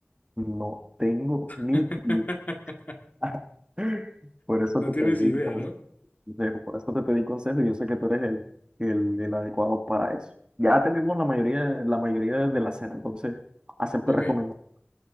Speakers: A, on the right; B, on the left.
A: no tengo ni
B: <laughs>
A: idea. <laughs> Por eso
B: No
A: te
B: tienes
A: pedí.
B: idea,
A: Entonces,
B: ¿no?
A: por eso te pedí consejo y yo sé que tú eres el, el, el adecuado para eso. Ya tenemos la mayoría, la mayoría de la cena, entonces acepto
B: Ok,
A: recomendar